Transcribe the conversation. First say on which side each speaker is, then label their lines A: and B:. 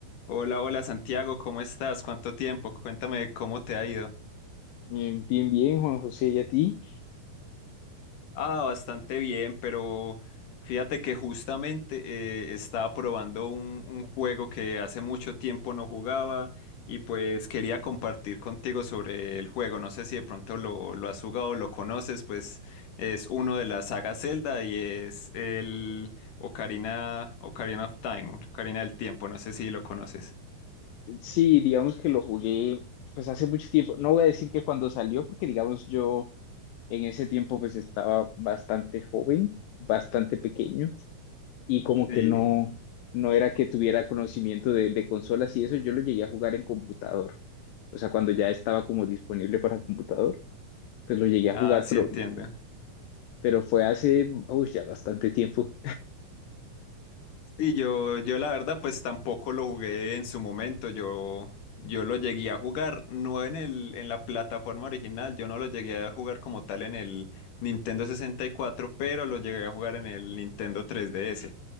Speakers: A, on the left; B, on the left.
A: Hola, hola Santiago, ¿cómo estás? ¿Cuánto tiempo? Cuéntame cómo te ha ido.
B: Eh, Bien, bien, Juan José, ¿y a ti?
A: Ah, bastante bien, pero fíjate que justamente eh, estaba probando un, un juego que hace mucho tiempo no jugaba y pues quería compartir contigo sobre el juego. No sé si de pronto lo, lo has jugado o lo conoces, pues es uno de la saga Zelda y es el Ocarina, Ocarina of Time, Ocarina del Tiempo, no sé si lo conoces.
B: Sí, digamos que lo jugué pues hace mucho tiempo. No voy a decir que cuando salió, porque digamos yo en ese tiempo pues estaba bastante joven, bastante pequeño y como
A: Sí,
B: que no, no era que tuviera conocimiento de, de consolas y eso, yo lo llegué a jugar en computador. O sea, cuando ya estaba como disponible para computador, pues lo llegué a
A: ah,
B: jugar,
A: sí
B: pero,
A: entiendo.
B: pero fue hace, uy, ya bastante tiempo.
A: Sí, yo, yo la verdad pues tampoco lo jugué en su momento, yo, yo lo llegué a jugar, no en el, en la plataforma original, yo no lo llegué a jugar como tal en el Nintendo sesenta y cuatro pero lo llegué a jugar en el Nintendo 3DS.